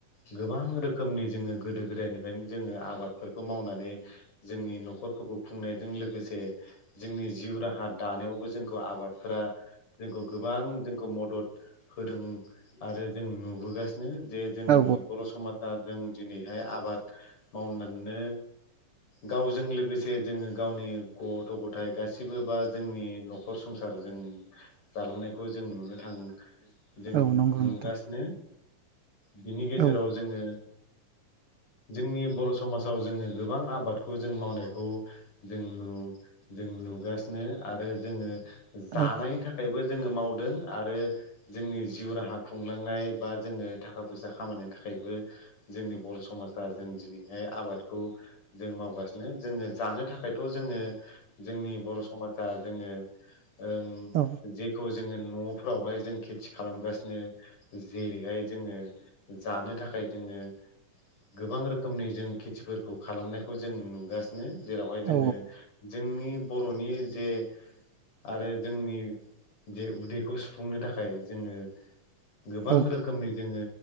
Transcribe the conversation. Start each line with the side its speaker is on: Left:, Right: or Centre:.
Left: गोबां रोखोमनि जोङो गोदो-गोदायनिफ्रायनो जोङो आबादफोरखौ मावनानै जोंनि न'खरफोरखौ खुंनायजों लोगोसे जोंनि जिउ राहा दानायावबो जोंखौ आबादफोरा जोंखौ गोबां जोंखौ मदद होदों आरो जों नुबोगासिनो जे जोंनि
Right: औ
Left: बर' समाज दा जों दिनैहाय आबाद मावनानैनो गावजों लोगोसे जोङो गावनि गथ' गथाय गासिबो बा जोंनि न' न'खर संसार जों जालांनायखौ जों नुनो थाङो। जों
Right: औ नंगौ
Left: नुगासिनो
Right: नोंथां
Left: बिनि गेजेराव
Right: औ
Left: जोङो जोंनि बर' समाजाव जोङो गोबां आबादखौ जों मावनायखौ जों नु जों नुगासिनो आरो जोङो जानायनि
Right: औ
Left: थाखायबो जोङो मावदों आरो जोंनि जिउ राहा खुं लांनाय बा जोङो थाखा फैसा खामानिनि थाखायबो जोंनि बर' समाजा जों दिनैहाय आबादखौ जों मावगासिनो जोङो जानो थाखायथ' जोङो जोंनि बर' समाजा जोङो ओं
Right: औ
Left: जेखौ जोङो न'फोरावहाय जों खेथि खालामगासिनो जेरैहाय जोङो जानो थाखाय जोङो गोबां रोखोमनि जों खेथिफोरखौ खालामनायखौ जों नुगासिनो जेरावहाय जोङो
Right: औ
Left: जोंनि बर'नि जे आरो जोंनि जे उदैखौ सुफुंनो थाखाय जोङो गोबां
Right: औ
Left: रोखोमनि जोङो